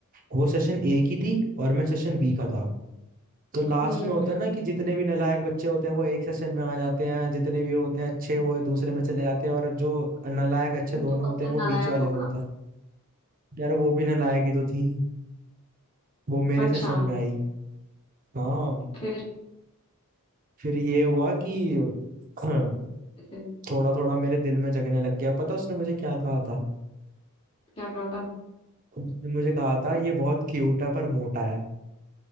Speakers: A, on the right; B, on the left.
A: वो सेशन ए की थी और मैं सेशन बी का था तो लास्ट
B: हम्म
A: में होता है ना कि जितने भी नालायक बच्चे होते हैं वो एक सेशन में आ जाते हैं जितने भी होते हैं अच्छे वो दूसरे में चले जाते हैं और जो नालायक अच्छे
B: तू
A: दोनों
B: तो
A: होते
B: पक्का
A: हैं वो
B: नालायक
A: बीच वाले
B: होगा
A: में होता है यार वो भी नालायक ही तो थी वो मेरे
B: अच्छा
A: सेशन में आई हाँ
B: फिर
A: फिर ये हुआ कि <clears throat>
B: ऐसे
A: थोड़ा थोड़ा मेरे दिल में जगने लग गया पता उसने मुझे क्या कहा था
B: क्या कहा था
A: उसने मुझे कहा था ये बहुत क्यूट है पर मोटा है